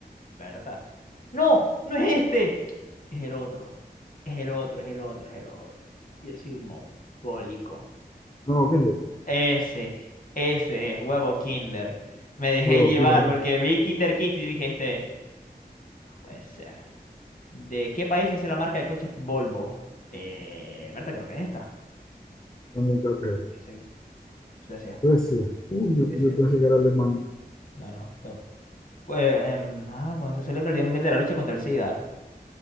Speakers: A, on the left; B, on the left.
A: Berta. No, no es este. Es el otro. Es el otro, es el otro, es el otro. Yo soy mongólico.
B: No, Kinder,
A: Ese, ese es huevo Kinder. Me dejé
B: huevo,
A: llevar
B: Kinder,
A: porque
B: eh,
A: vi Kinder Kids y dije, este, no puede ser. ¿De qué país es la marca de coches Volvo? Eh, Berta, creo que es esta.
B: también creo que es
A: Sí,
B: esta.
A: sí, Suecia.
B: Suecia. Uy, yo,
A: sí, sí.
B: yo pensé que era Alemania.
A: No, no. eh, em, ah, cuando se celebra el Día Mundial de la Lucha contra el SIDA.